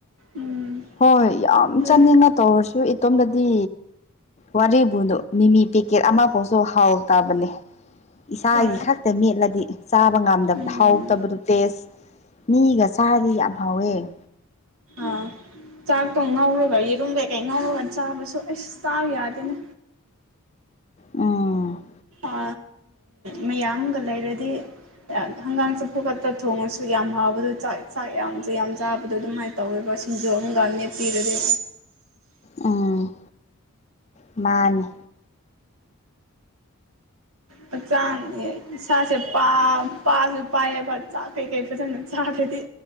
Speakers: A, on the right; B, on the left.
A: ꯎꯝ
B: ꯍꯣꯏ ꯌꯥꯝ
A: ꯑꯗꯨꯅꯦ
B: ꯆꯥꯅꯤꯡꯉ ꯇꯧꯔꯁꯨ ꯏꯇꯣꯝꯝꯕꯗꯤ ꯋꯥꯔꯤꯕꯨꯗꯣ꯫ ꯃꯤꯃꯤ ꯄꯦꯛꯀꯦꯠ ꯑꯃꯐꯥꯎꯁꯨ ꯍꯥꯎꯇꯕꯅꯦ꯫ ꯏꯁꯥꯒꯤ
A: ꯍꯣꯏ
B: ꯈꯛꯇ ꯃꯦꯠꯂꯗꯤ ꯆꯥꯕ ꯉꯝꯗꯕ
A: ꯎꯝ
B: ꯍꯥꯎꯇꯕꯗꯨ ꯇꯦꯁ꯫ ꯃꯤꯒ ꯆꯥꯗꯤ ꯌꯥꯝ ꯍꯥꯎꯋꯦ꯫
A: ꯑꯥ꯫ ꯆꯥꯛꯇꯣ ꯉꯧꯔꯒ ꯌꯦꯔꯨꯝ ꯀꯩꯀꯩ ꯉꯧꯔꯒ ꯆꯥꯕꯁꯨ ꯑꯩꯁ ꯆꯥꯕ ꯌꯥꯗꯦꯅꯦ
B: ꯎꯝ꯫
A: ꯑ ꯃꯌꯥꯝꯒ ꯂꯩꯔꯗꯤ꯫ ꯍꯪꯒꯥꯝ ꯆꯝꯐꯨ ꯈꯛꯇ ꯊꯣꯡꯉꯁꯨ ꯌꯥꯝ ꯍꯕꯗꯣ ꯆꯥꯛ ꯆꯥꯛ ꯌꯥꯝꯁꯨ ꯌꯥꯝ ꯆꯥꯕꯗꯣ ꯑꯗꯨꯃꯥꯏꯅ꯫ ꯇꯧꯔꯤꯕ ꯁꯤꯡꯖꯣꯝꯒ ꯅꯦꯞꯄꯤꯔꯗꯤ꯫
B: ꯎꯝ ꯃꯥꯅꯤ꯫
A: ꯍꯆꯥꯡ ꯏꯁꯥꯁꯦ ꯄꯥꯁꯨ ꯄꯥꯏꯌꯦꯕ ꯆ ꯀꯩꯀꯩ ꯐꯖꯅ ꯆꯥꯗ꯭ꯔꯗꯤ